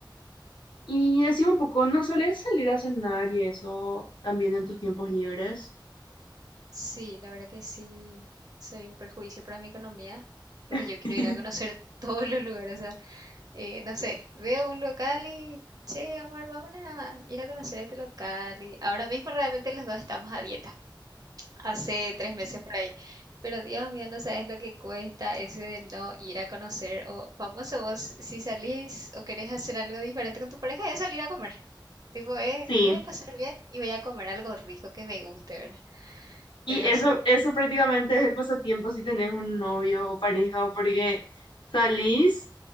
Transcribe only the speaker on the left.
Y decime un poco, ¿no sueles salir a cenar y eso también en tus tiempos libres?
<laughs>
Sí,
y
eso,
eso prácticamente es el pasatiempo si tenés un novio o pareja, porque salís